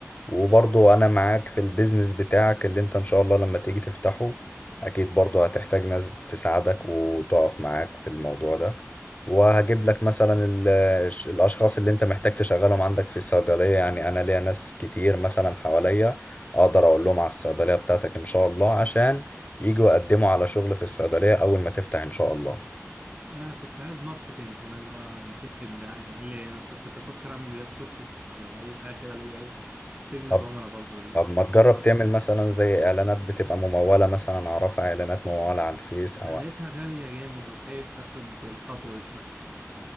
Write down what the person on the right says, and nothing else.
انا كنت عايز ماركتينج كمان اللي هو يمسك لي الدعايه يعمل لي إيه مثلا كنت افكر اعمل فيديوهات شورتس او اي حاجه كده اللي هي ايه تجذب
عملاء برضو ال-
م.
أنا
لقيتها غاليه جامد وخايف اخد الخطوه دي شويه <laughs>